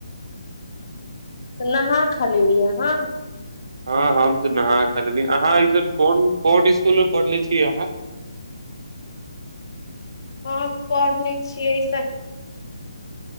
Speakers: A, on the left (about 50°); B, on the right (about 55°).
A: नहा खाली न ह हँ
B: हँ हम नहा कल अहाँ ई न कोन इसकुल मे पढ़ले छी अहाँ
A: ह पढ़ने छियै ऐस